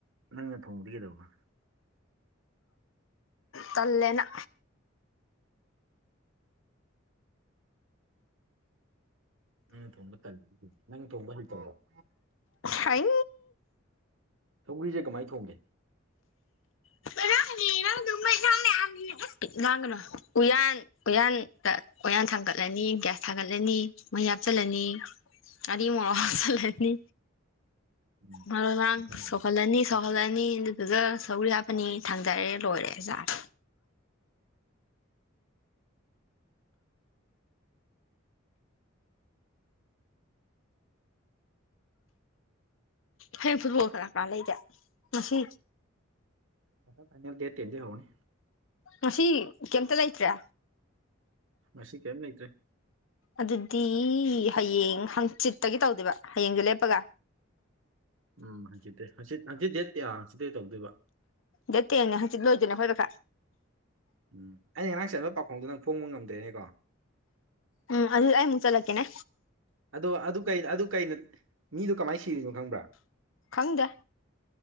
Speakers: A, on the right; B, on the left.
A: ꯅꯪꯅ ꯊꯣꯡꯕꯗꯤ ꯀꯩꯗꯧꯕ
B: ꯇꯜꯂꯦꯅ
A: ꯅꯪꯅ ꯊꯣꯡꯕ ꯇꯜꯂꯤꯗꯤ ꯀꯩꯒꯤ ꯅꯪꯅ ꯊꯣꯡꯕ ꯍꯩꯇꯕ‍꯭ꯔ‌ꯣ
B: ꯍꯩ
A: ꯁꯧꯒ꯭ꯔꯤꯁꯦ ꯀꯃꯥꯏꯅ ꯊꯣꯡꯒꯦ
B: <unintelligible> ꯂꯥꯡꯒꯅ‌ꯣ ꯎꯌꯥꯟ ꯎꯌꯥꯟꯗ ꯎꯌꯥꯟ ꯊꯥꯡꯒꯠꯂꯅꯤ ꯒ꯭ꯌꯥꯁ ꯊꯥꯒꯠꯂꯅꯤ ꯃꯍꯤ ꯍꯥꯞꯆꯜꯂꯅꯤ ꯉꯔꯤ ꯃꯣꯔ‌ꯣꯛ ꯍꯥꯞꯆꯜꯂꯅꯤ
A: ꯎꯝ
B: ꯃꯔꯣꯏ ꯃꯔꯥꯡ
A: ꯈꯪꯗꯦ
B: ꯁꯧꯍꯜꯂꯅꯤ ꯁꯧꯍꯜꯂꯅꯤ ꯑꯗꯨꯗꯨꯒ ꯁꯧꯒꯔꯤ ꯍꯥꯞꯄꯅꯤ ꯊꯥꯡꯊꯔ‌ꯦ ꯂꯣꯏꯔꯦ ꯆꯥꯔꯖ ꯍꯌꯦꯡ ꯐꯨꯝꯕꯣꯜ ꯀꯅꯥ ꯀꯅꯥ ꯂꯩꯒꯦ ꯉꯁꯤ
A: ꯀ꯭ꯋꯥꯇꯔ ꯐꯥꯏꯅ‌ꯦꯜ ꯗꯦꯠ ꯇ‌ꯦꯟꯗꯒꯤ ꯍꯧꯔꯅꯤ
B: ꯉꯁꯤ ꯀꯩꯝꯇ ꯂꯩꯇ꯭ꯔꯦ
A: ꯉꯁꯤ ꯀꯦꯝ ꯂꯩꯇ꯭ꯔ‌ꯦ
B: ꯑꯗꯨꯗꯤ ꯍꯌꯦꯡ ꯍꯪꯆꯤꯠꯇꯒꯤ ꯇꯧꯗꯨꯏꯕ ꯍꯌꯦꯡꯗ‌ꯣ ꯂꯦꯞꯄꯒ
A: ꯎꯝ ꯍꯪꯆꯤꯠꯇꯩ ꯍꯪꯆꯤꯠ ꯍꯪꯆꯤꯠ ꯗꯦꯠ ꯀꯌꯥ ꯍꯪꯆꯤꯠꯇꯩ ꯇꯧꯗꯣꯏꯕ
B: ꯗ‌ꯦꯠ ꯇꯦꯟꯅꯦ ꯍꯪꯆꯤꯠ ꯂꯣꯏꯗꯣꯏꯅꯦ ꯈ‌ꯣꯏ ꯄꯩꯈꯥ
A: ꯎꯝ ꯑꯩꯅ ꯉꯔꯥꯡ ꯆꯠꯕ ꯄꯥꯎꯈꯣꯡꯗꯣ ꯅꯪ ꯐꯣꯡꯕ ꯉꯝꯗꯣꯏꯅꯤꯀꯣ
B: ꯎꯝ ꯑꯗꯨ ꯑꯩꯃꯨꯛ ꯆꯂꯛꯦꯅꯦ
A: ꯑꯗꯣ ꯑꯗꯨ ꯀ ꯑꯗꯨ ꯀꯩꯅꯣ ꯃꯤꯗꯨꯣ ꯀꯃꯥꯏꯅ ꯁꯤꯔꯤꯅꯣ ꯈꯪꯕ꯭ꯔꯥ
B: ꯈꯪꯗꯦ